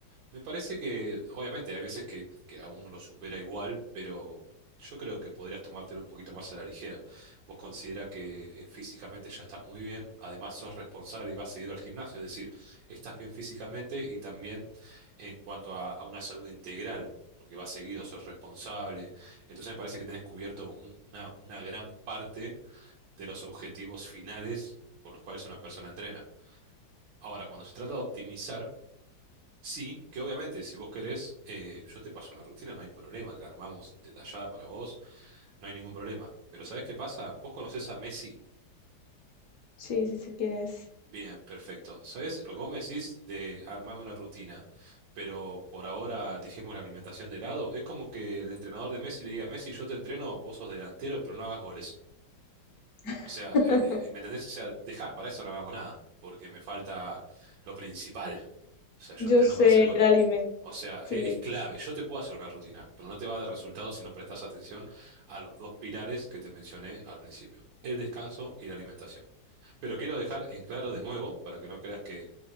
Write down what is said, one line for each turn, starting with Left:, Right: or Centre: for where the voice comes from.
Right: me parece que, obviamente, hay veces que, que a uno lo supera igual, pero yo creo que podrías tomártelo un poquito más a la ligera. Vos considera que eh, físicamente ya estás muy bien, además sos responsable y vas seguido al gimnasio, es decir, estás bien físicamente y también en cuanto a, a una salud integral. porque vas seguido, sos responsable. Entonces me parece que tenés cubierto un- una, una gran parte de los objetivos finales por los cuales una persona entrena. Ahora, cuando se trata de optimizar, sí, que obviamente si vos querés, eh, yo te paso una rutina, no hay problema, te la armamos detallada para vos, no hay ningún problema. Pero ¿sabés qué pasa? ¿Vos conocés a Messi?
Left: Sí, sí sé quién es.
Right: Bien, perfecto. ¿Sabés lo que vos me decís de armarme una rutina? Pero por ahora dejemos la alimentación de lado. Es como que el entrenador de Messi le diga, Messi, yo te entreno, vos sos delantero, pero no hagas goles.
Left: <laughs>
Right: O sea, eh, eh, ¿me entendés? O sea, deja, para eso no hagamos nada, porque me falta lo principal. O sea, yo
Left: Yo
Right: entreno
Left: sé
Right: para hacer gol.
Left: el alimento,
Right: O sea,
Left: sí.
Right: e- es, clave. Yo te puedo hacer una rutina, pero no te va a dar resultado si no prestas atención a los dos pilares que te mencioné al principio, el descanso y la alimentación. Pero quiero dejar en claro de nuevo, para que no creas que,